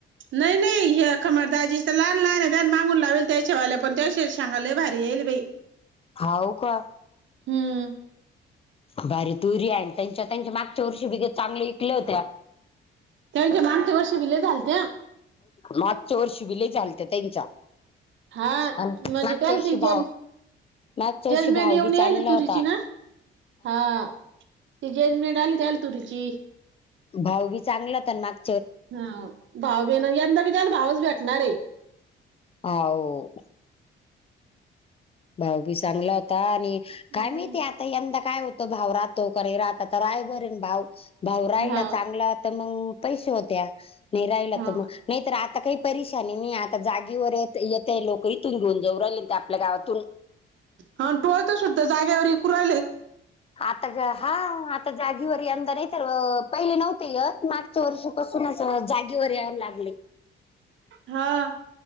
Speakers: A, on the right; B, on the left.
A: नाही, नाही हे खमर दाजी तर लहान, लहान आहे त्या मागून लावेल त्यांच्या वाल्या पण त्याश चांंगले भारी येल आहे बाई
B: हाव का
A: हम्म
B: भारी तुरी आहे त्यांच्या, त्यांच्या मागच्या वर्षी बि चांगल्या विकल्या होत्या.
A: त्यांच्या मागच्या वर्षीबी लय झालत्या.
B: मागच्या वर्षी बि लय झालत्या त्यांच्या.
A: हा
B: आणि
A: म्हणजे
B: मागच्या
A: त्यांची
B: वर्षी भाव
A: जल
B: मागच्या
A: जजमेंट
B: वर्षी भाव
A: येऊन
B: बी
A: येल
B: चांगला
A: तुरुची
B: होता
A: ना हा. ते जेल मे डाल दाल तुरीची.
B: भाव बी चांगला होता न मग
A: हा भाव बेन यंदा बी त्याला भावच भेटणार आहे.
B: हाव.. भाऊ बी चांगला होता आणि काय
A: हम्म.
B: माहिती आता. यंदा काय होतं भाव राहतो का राहता राय भरेन भाव भाव राहिला
A: हा
B: चांगला तर मग पैसे होत्या नाही राहिला
A: हा.
B: तर मग नाही तर आता काही परेशानी नाही आता जागेवर येत येते लोक इथून घेऊन जऊ राहिले आपल्या गावातून.
A: हा टोळका सुद्धा जाग्यावर विकु राहिले.
B: आता हा आता जागीवर यंदा नाही तर पहिले नव्हते येत पाच वर्षपासूनच जागेवर यायला लागले.
A: हा.